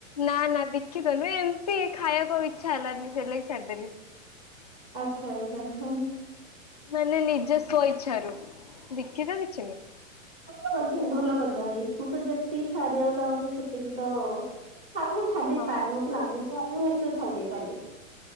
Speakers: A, on the left; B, on the right.
A: ନା ନା ଦୀଖିତ ନୁହଁ ଏମିତି ଖାଇବାକୁ ଇଚ୍ଛା ହେଲାନି ସେଇଲାଗି ଛାଡିଦେଲି।
B: ଆଚ୍ଛା <inaudible>
A: ମାନେ ନିଜ ସ୍ୱ ଇଚ୍ଛାରୁ ଦିଖିତ କିଛି ନୁଁହ।
B: ଭଲ କରିଛନ୍ତି ଭଲ କରିଛନ୍ତି ମୁଁ ତ ଯେତିକି ଛାଡିଆକୁ ଚାହୁଁଛି ସେ <unintelligible> ଆଗକୁ ମୁଁ ଛାଡି ଦେଇ
A: ହଁ
B: ପାରେ ମତେ ଲାଗୁଛି ଆ ମୁଁ ନିଶ୍ଚୟ ଛାଡି ଦେଇ ପାରିବି।